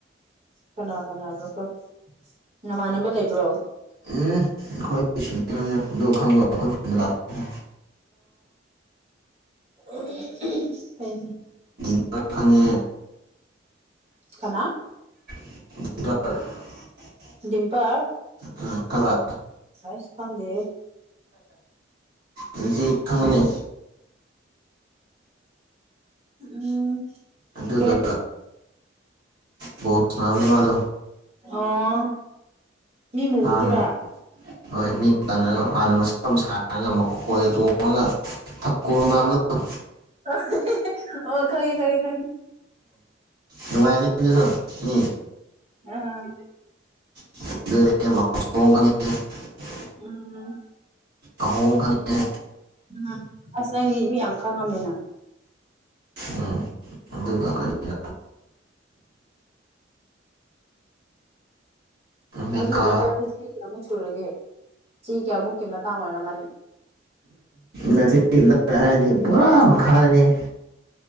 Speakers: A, on the right; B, on the right.
A: ꯀꯅꯥ ꯀꯅꯥꯔꯣꯀꯣ ꯅꯃꯥꯟꯅꯕ ꯂꯩꯕ꯭ꯔꯣ
B: ꯎꯝ ꯑꯩꯈꯣꯏꯗꯒꯤ ꯁꯦꯅꯤꯌꯔꯅꯤꯗ ꯑꯗꯨ ꯈꯪꯕ ꯑꯩꯈꯣꯏ ꯈꯨꯟꯗ ꯂꯥꯛꯄꯗ
A: <unintelligible> ꯀꯩꯅꯣ
B: ꯍꯣꯏ ꯈꯪꯉꯦ
A: ꯀꯅꯥ
B: <unintelligible>
A: ꯗꯤꯝꯄꯔ
B: ꯎꯝ ꯈꯪꯕ꯭ꯔꯥ
A: ꯑꯩꯁ ꯈꯪꯗꯦꯍꯦ
B: ꯍꯧꯖꯤꯛ ꯈꯪꯒꯅꯤ
A: ꯎꯝ
B: ꯑꯗꯨꯒ
A: ꯀꯩ
B: ꯕꯣꯜ ꯁꯥꯅꯕꯅꯦ ꯃꯥꯗꯨ
A: ꯑꯣ ꯃꯤ ꯃꯨꯕꯗꯨꯔꯥ
B: ꯍꯥꯟꯅ ꯍꯣꯏ ꯃꯤꯇꯪꯉ ꯍꯥꯟꯅ ꯃꯁꯝ ꯁꯥꯡꯉ ꯃꯀꯣꯏꯒ ꯆꯣꯝꯕ ꯆꯣꯡꯉꯒ ꯊꯥꯀꯨꯔ ꯃꯥꯟꯕꯗꯣ
A: <unintelligible> ꯑꯣ ꯈꯪꯏ ꯈꯪꯏ ꯈꯪꯏ
B: ꯅꯨꯡꯉꯥꯏꯅꯤ ꯑꯗꯨꯁꯨ ꯃꯤ
A: ꯑꯥ
B: <unintelligible>
A: ꯎꯝ
B: ꯑꯍꯣꯡ ꯈꯪꯑꯦ
A: ꯎꯝ ꯑꯁ ꯅꯪꯗꯤ ꯃꯤ ꯌꯥꯝ ꯈꯪꯉꯝꯃꯦꯅ
B: ꯎꯝ ꯑꯗꯨꯒ ꯀꯔꯤꯔ ꯃꯦꯀꯥ
A: ꯑꯗꯨ ꯕ꯭ꯔꯗꯔꯗꯤ ꯆꯍꯤ ꯀꯌꯥꯃꯨꯛ ꯁꯨꯔꯒꯦ ꯆꯍꯤ ꯀꯌꯥꯃꯨꯛꯀꯤ ꯃꯇꯥꯡ ꯑꯣꯏꯔꯝꯃꯅꯤ
B: ꯃꯦꯇꯤꯝ꯭ꯔꯤꯛꯀꯤ ꯅꯠꯇ꯭ꯔꯥ ꯍꯥꯏꯔꯗꯤ ꯄꯨꯔꯥ ꯃꯈꯥꯗꯅꯤꯍꯦ